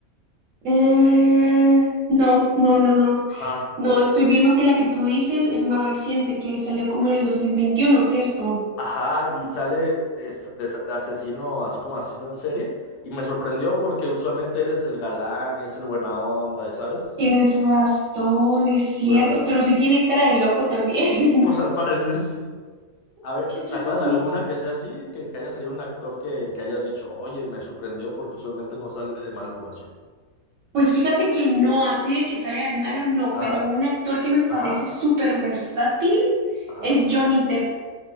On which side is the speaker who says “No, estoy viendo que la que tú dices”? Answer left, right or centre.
Right